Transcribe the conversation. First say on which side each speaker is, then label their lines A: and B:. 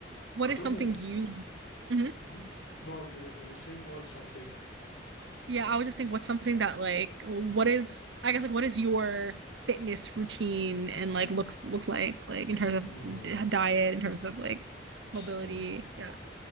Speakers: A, on the right; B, on the left.
A: What
B: I don't
A: is something
B: know.
A: you Mhm.
B: Mm-hmm. No, you were you were saying what something.
A: Yeah, I would just think what's something that like what is I guess like what is your fitness routine and like looks look like like in terms of
B: Oh,
A: d- diet, in terms of like
B: so.
A: mobility. Yeah.